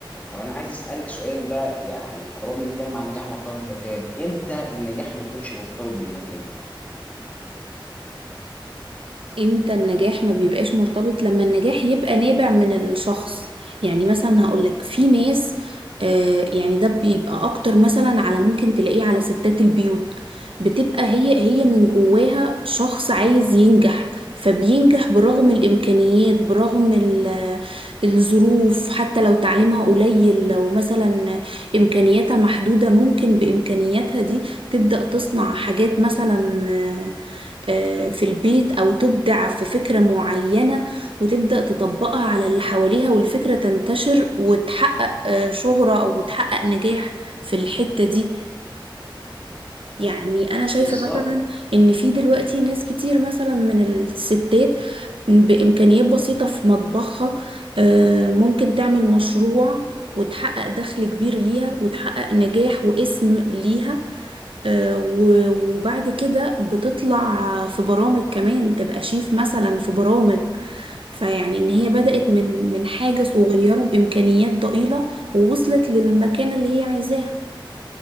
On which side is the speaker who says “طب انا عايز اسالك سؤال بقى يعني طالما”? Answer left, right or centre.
Left